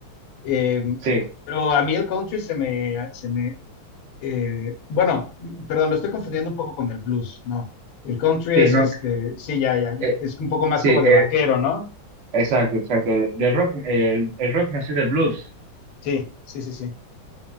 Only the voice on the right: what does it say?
Sí,
sí,
no,
eh,
sí,
eh,
exacto, exacto. Del rock, el, el rock nació del blues.